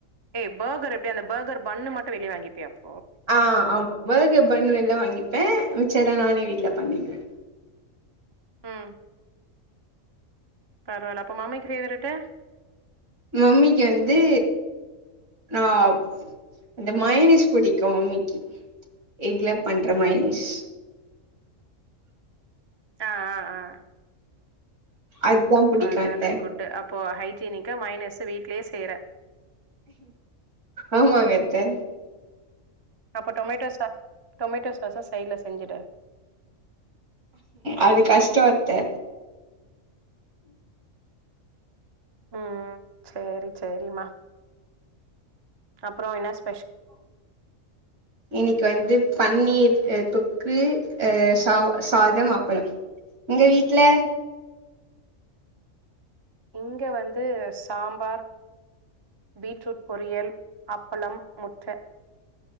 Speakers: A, on the right; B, on the right.
A: ஏய் பர்கர் எப்டி அந்த பர்கர் பண்ணு மட்டும் வெளியே வாங்கிப்பியா அப்ப
B: ஆஹ் ஆமா பர்கர் பண்ணு வெல்ல வாங்கி ப்பேன் மிச்சத நானே வீட்டுல பண்ணிடுவேன்
A: உம் பரவாயில்ல அப்ப மாம்மிக்கு ஃவேவரட்டு
B: மம்மிக்கு வந்து நான் அந்த மைனஸ் பிடிக்கும் மம்மிக்கு வீட்ல பண்ற மைனீஸ்
A: ஆஹ் ஆஹ் ஆஹ்
B: அதுதா புடிக்கு
A: பரவாயில
B: அத்த
A: குட்டு அப் இப்போ ஹைஜீனிக்கா மைனீஸூ வீடலயே செய்ற
B: ஆமாங்க தெ
A: அப்ப டொமேட்டோ சாஸ் டொமேட்டோ சாஸ்ஸ சைட்ல செஞ்சுடு
B: அது கஷ்ட அத்தே
A: உம் சேர் செரிமா அப்பறம் என்னா ஸ்
B: இன்னிக்கி வந்து பண்ணிர் தொக் க்கு அஹ் சா சாதம் அப்னம் உங்க வீட்ல
A: இங்க வந்து சாம்பார் பீட்ரூட் பொரியல் அப்பளம் முட்டை